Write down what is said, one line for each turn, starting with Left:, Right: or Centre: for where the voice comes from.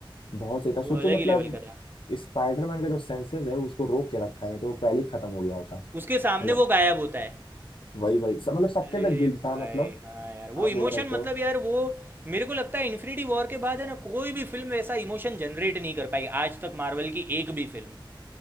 Left: बहुत सही था सोचो
Right: वो अलग
Left: मतलब
Right: ही लेवल का था
Left: स्पाइडरमैन का जो सेंसेस है उसको रोक के रखा है, नहीं तो वो पहले ही खत्म हो गया होता
Right: उसके सामने
Left: मतलब
Right: वो गायब होता है
Left: वही वही सब मतलब सबके
Right: अरे
Left: अंदर गिल्ट
Right: भाई
Left: था मतलब
Right: हाँ यार
Left: आप
Right: वो
Left: बोल
Right: इमोशन
Left: सकते
Right: मतलब
Left: हो
Right: यार वो मेरे को लगता है इन्फिनिटी वॉर के बाद है ना कोई भी फिल्म ऐसा इमोशन जनरेट नहीं कर पाई आज तक मार्वल की एक भी फिल्म